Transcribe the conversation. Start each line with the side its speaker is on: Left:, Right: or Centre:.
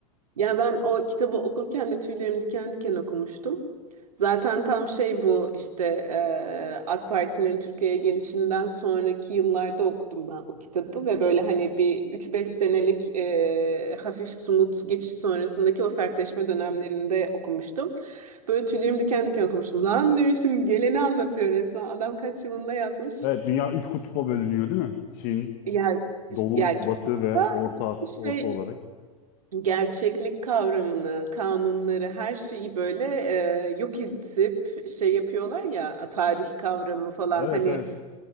Right: Ya ben o kitabı okurken de tüylerim diken diken okumuştum. Zaten tam şey bu işte eee, AK Parti'nin Türkiye'ye gelişinden sonraki yıllarda okudum ben o kitabı ve böyle hani bir üç beş senelik eee, hafif sumut geçiş sonrasındaki o sertleşme dönemlerinde okumuştum. Böyle tüylerim diken diken okumuştum. Lan demiştim geleni anlatıyor resmen. Adam kaç yılında yazmış.
Left: Evet dünya üç kutba bölünüyor değil mi? Çin,
Right: Yani,
Left: Doğu,
Right: yani kitapta
Left: Batı ve Orta, As-
Right: işte
Left: Orta
Right: şey
Left: olarak.
Right: gerçeklik kavramını, kanunları, her şeyi böyle e, yok edip şey yapıyorlar ya tarih kavramı falan
Left: Evet
Right: hani
Left: evet.